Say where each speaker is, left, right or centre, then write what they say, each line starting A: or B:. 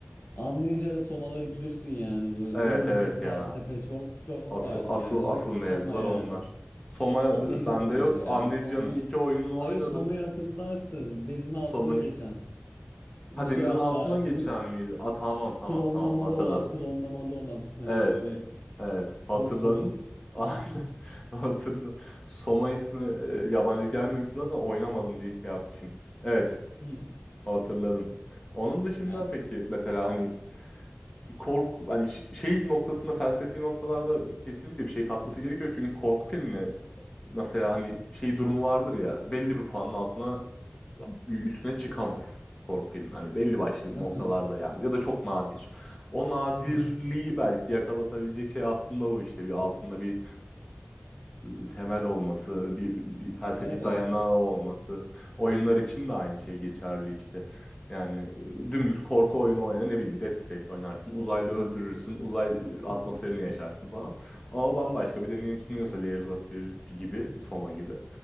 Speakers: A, on the left; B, on the left.
A: Amnesia
B: Amnesia.
A: ve Soma'ları bilirsin yani böyle
B: Evet
A: oradaki
B: evet
A: felsefe
B: ya.
A: çok çok
B: Asıl
A: farklı
B: asıl
A: yani özellikle
B: asıl
A: Soma
B: mevzular
A: yani.
B: onlar. Soma
A: Amnesia
B: e, bende
A: da değil
B: yok.
A: yani
B: Amnesia'nın
A: Soma.
B: iki oyununu
A: Hayır
B: oynadım.
A: Soma'yı hatırlarsın denizin
B: Soma'yı.
A: altında geçen. Bu
B: Ha
A: şey
B: denizin
A: hatta
B: altına geçen
A: k-
B: miydi? Aa tamam tamam
A: klonlamalı
B: tamam hatırladım.
A: olan klonlamalı olan hani
B: Evet.
A: böyle
B: Evet hatırladım.
A: toz coin.
B: <laughs>
A: <laughs>
B: Aynen hatırladım. Soma ismi e, yabancı gelmemiş zaten oynamadım diye şey yapmışım. Evet
A: Hmm.
B: hatırladım. Onun dışında
A: Ya.
B: peki mesela hani korku hani ş- şey noktasında felsefi noktalarda kesinlikle bir şey katması gerekiyor. Çünkü korku filmi mesela hani şey durumu vardır ya belli bir puanın altına üstüne çıkamaz korku filmi. Hani belli başlı
A: <laughs>
B: noktalarda yani ya da çok nadir. O nadirliği
A: Aha,
B: belki yakalatabilecek şey aslında bu işte bir altında bir e, temel olması, bir, bir felsefi
A: Evet.
B: dayanağı olması. Oyunlar için de aynı şey geçerli işte. Yani e, dümdüz korku oyunu oyna ne bileyim Dead Space oynarsın, uzaylı öldürürsün, uzay e, atmosferini
A: <laughs>
B: yaşarsın falan. Ama bambaşka bir deneyim sunuyorsa Layers of Fear gibi, Soma gibi.